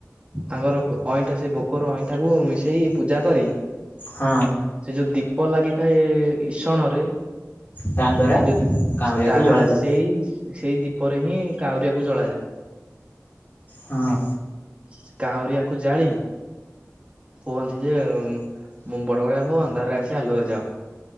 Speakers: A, on the right; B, on the left.
A: ତାଙ୍କର ଅଇଁଠା ସେ ଭୋଗର ଅଇଁଠାକୁ ମିଶେଇ ପୂଜା କରି
B: ହଁ
A: ସେ ଯୋଉ ଦୀପ ଲାଗିଥାଏ ଇସଣରେ
B: ତାହା
A: ସେ
B: ଦ୍ଵାରା
A: ଯୋଉ
B: କାଉଁରିଆକୁ
A: ତାହା
B: ଜଳାଯାଏ
A: ସେଇ ସେଇ ଦୀପରେ ହିଁ କାଉରିଆକୁ ଜଳାଯାଏ।
B: ହଁ।
A: ସେ କାଉଁରିଆକୁ ଜାଳି କୁହନ୍ତି ଯେ ମୁଁ ବଡ ବଡିଆ ହୋ ଅନ୍ଧାରରେ ଆସି ଆଲୁଅରେ ଯାଅ।